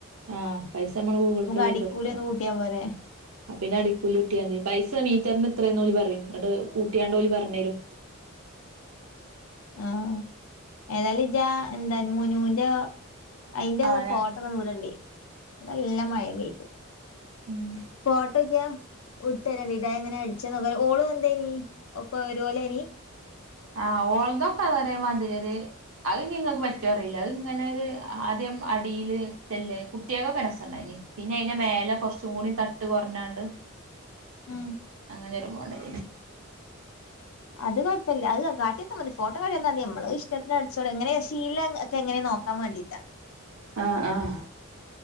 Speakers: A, on the right; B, on the left.
A: ആ പൈസ നമ്മൾ ഗൂഗിൾ പേ ചെയ്ത്
B: അടിക്കൂലിയൊന്ന്
A: കൊട്ക്കണോ
B: കൂട്ടിയാ പോരെ
A: അ പിന്നെ അടിക്കൂലി കിട്ട്യാതി പൈസ മീറ്ററിന് ഇത്രെന്ന് ഓല് പറിം ങ്ങട്ട് കൂട്ട്യാണ്ട് ഓല് പറഞ്ഞരും.
B: ആഹ ഏതാലും ഇജാ ന്താ നുനൂന്റൊ അയ്ന്റെ ആ
A: ആഹ്
B: ത് ഫോട്ടോന്ന് വിടെണ്ടി. വ്ടെ ല്ല മഴ പെയ്തു.
A: ഉം
B: ഫോട്ടൊ ക്ക്യാ വിട്ടരണ്ണിദ അ എങ്ങനെ അട്ച്ചതൊക്കെ ഓളും ന്തെയ്നി ഒ ക്കെ ഒരുപോലെയ്നി
A: ആഹ് ഓൾതൊക്കെ അ ഒരേ മാതിരി ഒര് അത് ഇന് ഇങ്ങക്ക് പറ്റോ അറീല അത്ങ്ങനെ ഒരു ആദ്യ ദ്യംഅടീൽ നെറ്റ് ല്ലെ കുട്ട്യാ ക്ക് ഒക്കെ രസ ണ്ടയ്നി. പിന്നെ അയ്ന്റെ മേലെ കുറച്ചും കൂടി തട്ട് കുറഞ്ഞാണ്ട്
B: ഉം
A: ങ്ങനൊരു മോഡല്.
B: അത് കുഴപ്പല്യ അത് കാട്ട്യന്നാ മതി ഫോട്ടോ കാട്ട്യന്നാ തി. ഞമ്മള് അതിഷ്ടത്തിന് അട്ച്ചോള എങ്ങനെ ശീല എ റ്റ്എങ്ങനെ നോക്കാൻ വേണ്ടിട്ടാണ്
A: ആഹ് ആഹ്